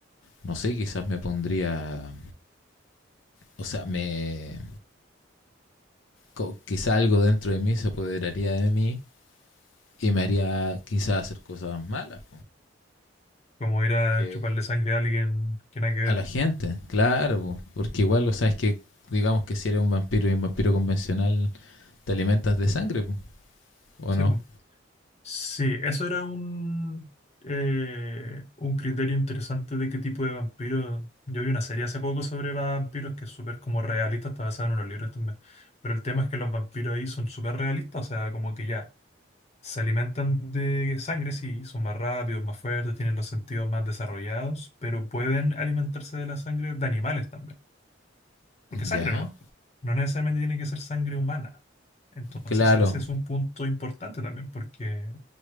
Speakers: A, on the left (about 80°); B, on the left (about 35°).
A: no sé, quizás me pondría, o sea, me, co- quizá algo dentro de mí se apoderaría de mí y me haría quizás hacer cosas malas
B: Como ir a
A: porque
B: chuparle sangre a alguien que nada que ver.
A: a la gente, claro, po, porque igual, o sea, es que digamos que si eres un vampiro y un vampiro convencional, te alimentas de sangre, po, ¿o
B: Sí,
A: no?
B: po. Sí, eso era un, eh, un criterio interesante de qué tipo de vampiro. Yo vi una serie hace poco sobre vampiros que es súper como realista, está basada en unos libros también. Pero el tema es que los vampiros ahí son súper realistas, o sea, como que ya. Se alimentan de sangre, sí, son más rápidos, más fuertes, tienen los sentidos más desarrollados, pero pueden alimentarse de la sangre de animales también. Porque sangre
A: Ya,
B: nomás, no necesariamente tiene que ser sangre humana. Entonces
A: claro,
B: ese es un punto importante también, porque,